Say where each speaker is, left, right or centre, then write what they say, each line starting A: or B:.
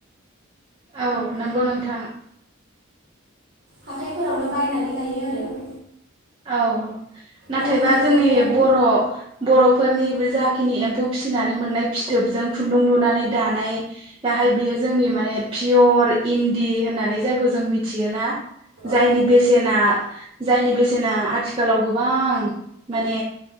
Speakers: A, on the right; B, on the right.
A: औ नोंगौ नोंथां।
B: हाथायफोरावनो बायनानै लायो आरो।
A: औ नाथायबा
B: दानि मुगायाव
A: जोंनि बर' बर' फोरनिबो जाखिनि एम्फौ फिसिनानै मोननाय फिथोबजों खुन्दुं लुनानै दानाय दाहाय बियो जोंनि माने पियर इन्दि होननानै जायखौ जों मिथियोना जायनि
B: औ
A: बेसेना जायनि बेसेना आथिखालाव गोबां माने